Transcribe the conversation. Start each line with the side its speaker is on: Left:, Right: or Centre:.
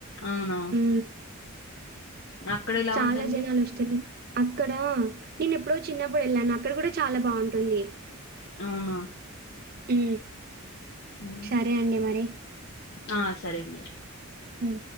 Left: అవునా
Right: ఉ‌
Left: అక్కడ ఎలా
Right: చాలా
Left: ఉంటుంది
Right: జనాలు వస్తారు కద అక్కడ నేను ఎప్పుడో చిన్నప్పుడు వెళ్ళాను అక్కడ కూడా చాలా బాగుంటుంది
Left: అవునా
Right: అ
Left: హ్మ్.
Right: సరే అండి మరి
Left: ఆ సరే అండి
Right: అ